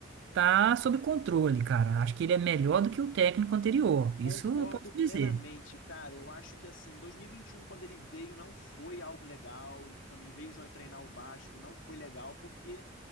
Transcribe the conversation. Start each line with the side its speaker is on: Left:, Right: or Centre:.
Right: tá sob controle, cara. Acho que ele é melhor do que o técnico anterior. Isso
Left: Concordo
Right: eu posso
Left: plenamente,
Right: dizer.
Left: cara. Eu acho que assim, dois mil e e vinte e um, quando ele veio, não foi algo legal. Quando ele veio já treinar o Vasco, não foi legal, porque